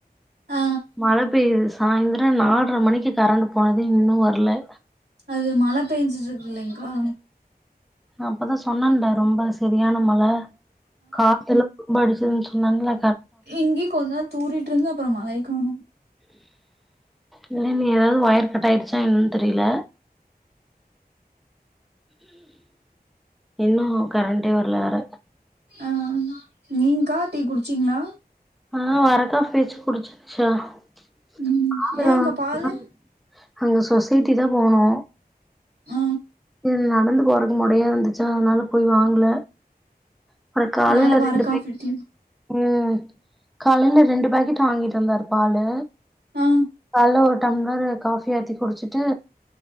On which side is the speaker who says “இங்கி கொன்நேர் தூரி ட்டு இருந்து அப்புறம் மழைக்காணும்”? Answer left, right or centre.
Right